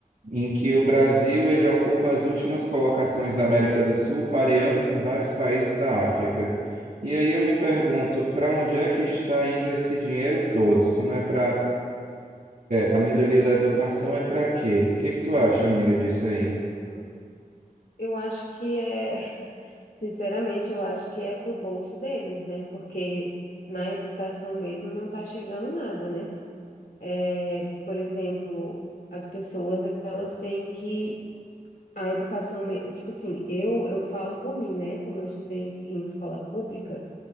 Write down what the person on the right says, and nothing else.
em que o Brasil ele ocupa as últimas colocações da América do Sul, pareando com vários países da África. E aí eu me pergunto,
para onde é que está indo esse dinheiro todo? Se não é para a melhoria da educação, é para quê? O que que tu acha, amiga, disso aí?